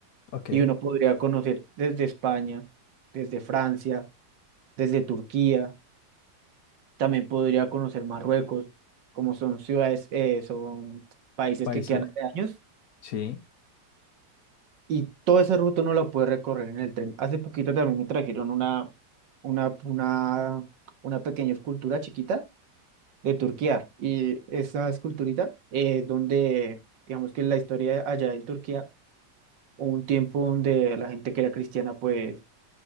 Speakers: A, on the left; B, on the right.
A: ok.
B: y uno podría conocer desde España, desde Francia, desde Turquía También podría conocer Marruecos, como son ciudades, eh, son países
A: Países.
B: que quedan hace años
A: Sí,
B: y toda esa ruta no la puede recorrer en el tren. Hace poquito también me trajeron una, una, una, una pequeña escultura chiquita de Turquía y esa esculturita eh, donde, digamos que la historia allá en Turquía, hubo un tiempo donde la gente que era cristiana pues,